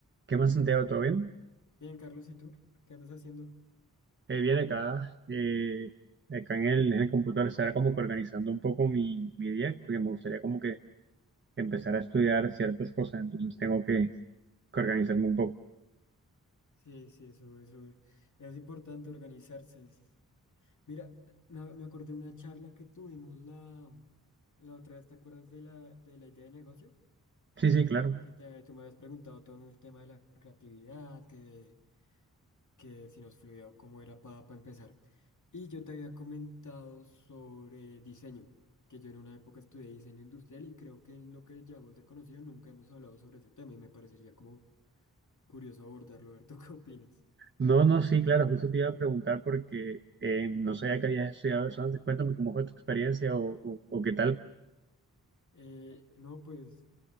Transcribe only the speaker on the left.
Bien, Carlos, ¿y tú? ¿Qué andas haciendo?
Sí, sí, eso, eso es es importante organizarse. es- Mira, me, me acordé de una charla que tuvimos la, la otra vez, ¿te acuerdas de la, de la idea de negocio?
Que te- tú me habías preguntado todo el tema de la creatividad, que, que si nos fluía o cómo era para empezar. Y yo te había comentado sobre diseño, que yo en una época estudié diseño industrial y creo que en lo que llamamos de conocido nunca hemos hablado sobre ese tema y me parecería como curioso abordarlo. A ver, <laughs> ¿tú qué opinas?
Eh, no, pues